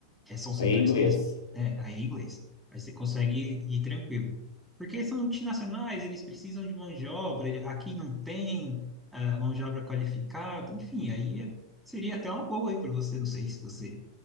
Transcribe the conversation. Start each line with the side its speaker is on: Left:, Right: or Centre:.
Centre: é, são setores
Left: Aí é inglês.
Centre: que eles. É, aí é inglês. Aí você consegue ir, ir tranquilo. Porque são multinacionais, eles precisam de mão de obra, ele- aqui não tem ah, mão de obra qualificada, enfim, aí é- seria até uma boa aí para você, não sei se você